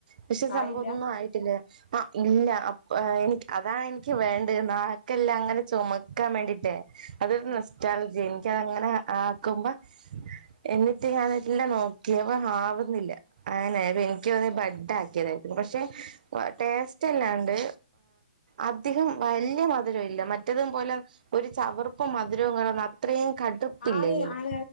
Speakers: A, on the right; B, on the left.
A: പക്ഷെ സംഭവന്നും
B: ആയില്ല
A: ആയിട്ടില്ലേ ആ ഇല്ല എനിക്ക് അതാണ് എനിക്ക് വേണ്ടത് നക്കെല്ലാം അങ്ങനെ ചുമക്കാൻ വേണ്ടിട്ടേ അതൊരു
B: ഉം
A: നൊസ്റ്റാൾജിയ അത അങ്ങനെ ആക്കുമ്പോ എന്നിട്ട് ഞാനല്ല നോക്കിയവ ആവുന്നില്ല ആനെ പി ന്ന ബഡ് ആക്കിയതായിരിക്കരുന്നു പക്ഷെ ടേസ്റ്റ് അല്ലാണ്ട് അധികം വലിയ മധുരവും ഇല്ല മറ്റത പോലെ ഒരു ചവർപ്പ മധുരവും ക അത്രയും കടുപ്പില്ല
B: ആണ്
A: ഇതിന്
B: ആണ്